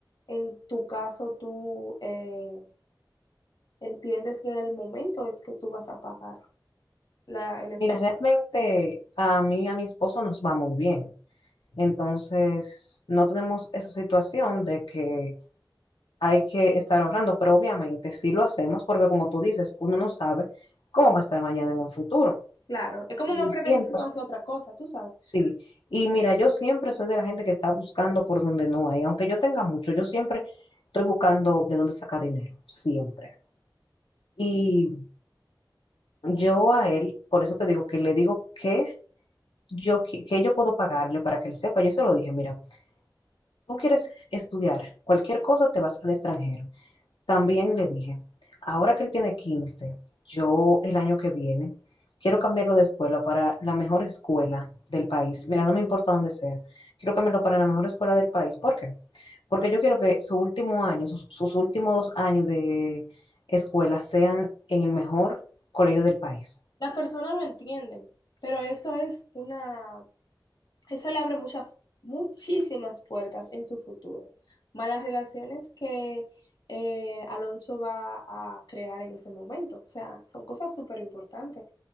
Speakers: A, on the left; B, on the left.
A: en tu caso, tú eh, entiendes que en el momento es que tú vas a pagar la- el estudio.
B: Mira, realmente a mí y a mi esposo nos va muy bien. Entonces, no tenemos esa situación de que hay que estar ahorrando, pero obviamente sí lo hacemos porque como tú dices, uno no sabe cómo va a estar mañana en un futuro.
A: Claro, es como
B: Y
A: más prevención
B: siempre,
A: que otra cosa, tú sabes.
B: sí. Y mira, yo siempre soy de la gente que está buscando por donde no hay. Aunque yo tenga mucho, yo siempre estoy buscando de dónde sacar dinero, siempre. Y yo a él, por eso te digo que le digo que yo, que, que yo puedo pagarle para que él sepa. Yo se lo dije, mira, tú quieres estudiar cualquier cosa, te vas al extranjero. También le dije, ahora que él tiene 15 yo el año que viene quiero cambiarlo de escuela para la mejor escuela del país. Mira, no me importa dónde sea. Quiero cambiarlo para la mejor escuela del país. ¿Por qué? Porque yo quiero que su último año, sus, sus últimos dos años de escuela sean en el mejor colegio del país.
A: Las personas no entienden, pero eso es una, eso le abre muchas, muchísimas puertas en su futuro. Malas relaciones que eh, Alonso va a crear en ese momento. O sea, son cosas súper importantes,